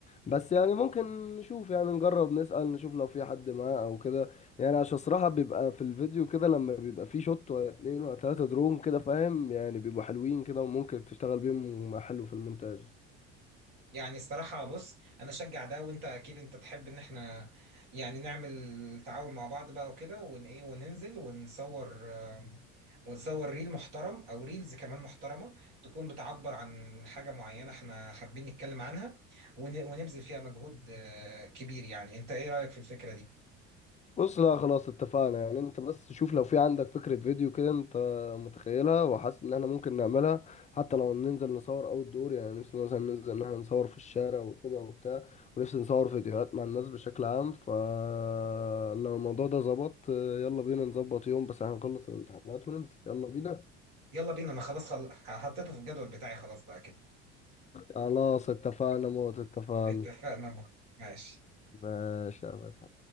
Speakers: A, on the left; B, on the right.
A: بس يعني ممكن نشوف يعني نجرب نسأل نشوف لو في حد معاه او كده يعني عشان الصراحه بيبقى في الفيديو كده لما بيبقى فيه شوت ولا اتنين ولا تلاته درون كده فاهم يعني بيبقوا حلوين كده وممكن تشتغل بيهم حلو في المونتاج
B: يعني الصراحة بص أنا أشجع ده وأنت أكيد أنت تحب إن إحنا يعني نعمل تعاون مع بعض بقى وكده ون إيه وننزل ونصور آم، ونصور ريل محترم أو ريلز كمان محترمة تكون بتعبر عن حاجة معينة إحنا حابين نتكلم عنها ون ونبذل فيها مجهود آه، كبير يعني أنت إيه رأيك في الفكرة دي؟
A: بص لا خلاص اتفقنا يعني انت بس شوف لو في عندك فكرة فيديو كده انت متخيلها وحاسس ان احنا ممكن نعملها حتى لو ننزل نصور اوت دور يعني نفسي مثلا ننزل ان احنا نصور في الشارع وكده وبتاع ونفسي نصور فيديوهات مع الناس بشكل عام فلو الموضوع ده ظبط يلا بينا نظبط يوم بس هنخلص الامتحانات وننزل يلا بينا
B: يلا بينا أنا خلاص خل... حطيته في الجدول بتاعي خلاص بقى كده
A: خلاص اتفقنا موت اتفقنا
B: اتفقنا ماشي
A: ماشي يا باشا.